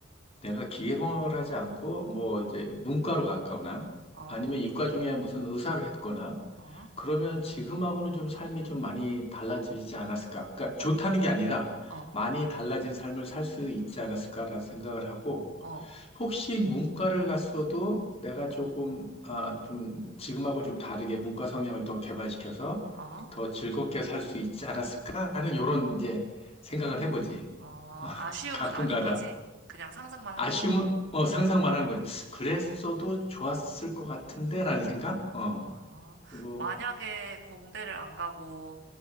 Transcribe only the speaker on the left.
내가 기계공학을 하지 않고 뭐 이제 문과로 갔거나
아니면 이과 중에 무슨 의사를 했거나
그러면 지금하고는 좀 삶이 좀 많이 달라지지 않았을까? 그러니까 좋다는 게 아니라
많이 달라진 삶을 살 수 있지 않았을까라는 생각을 하고
혹시 문과를 갔어도 내가 조금 아, 좀 지금하고 좀 다르게 문과 성향을 더 개발시켜서
더 즐겁게 살 수 있지 않았을까라는 요런 이제 생각을 해보지.
가끔가다.
아쉬움은
어, 상상 말하는 거지. 그랬어도 좋았을 것 같은데라는 생각?
어. 그리고